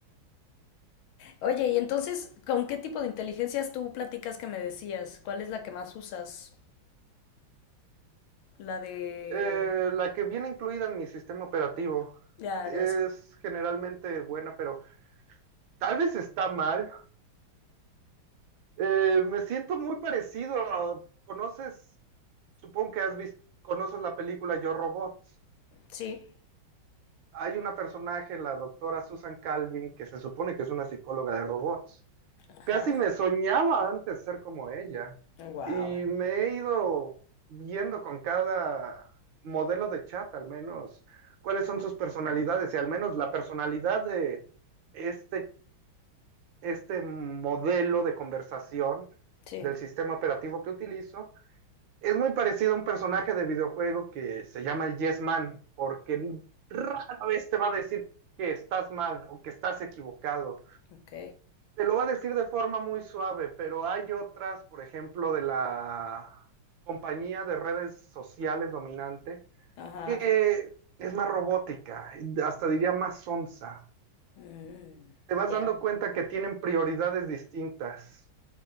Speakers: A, on the left (about 75°); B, on the right (about 70°).
A: Oye, y entonces, ¿con qué tipo de inteligencias tú platicas que me decías? ¿Cuál es la que más usas? La de...
B: eh, la que viene incluida en mi sistema operativo
A: La
B: es
A: de... hace-
B: generalmente buena, pero tal vez está mal. Eh, me siento muy parecido a, ¿conoces? Supongo que has visto, conoces la película Yo Robot.
A: Sí.
B: Hay una personaje, la doctora Susan Calvin, que se supone que es una psicóloga de robots.
A: Ajá.
B: Casi me soñaba antes ser como ella.
A: Wow.
B: Y me he ido viendo con cada modelo de chat, al menos, cuáles son sus personalidades. Y al menos la personalidad de este, este modelo de conversación
A: Sí.
B: del sistema operativo que utilizo Es muy parecido a un personaje de videojuego que se llama el Yes Man, porque rara vez te va a decir que estás mal o que estás equivocado.
A: Ok.
B: Te lo va a decir de forma muy suave, pero hay otras, por ejemplo, de la compañía de redes sociales dominante,
A: Ajá.
B: que es más robótica, hasta diría más sonsa.
A: Mm,
B: Te vas
A: ya.
B: dando cuenta que tienen prioridades distintas.